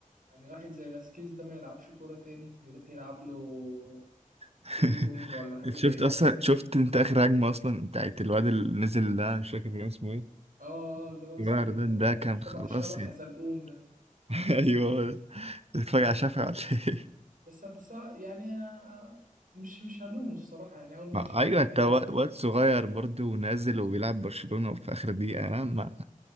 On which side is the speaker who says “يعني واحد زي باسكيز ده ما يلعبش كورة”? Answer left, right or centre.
Right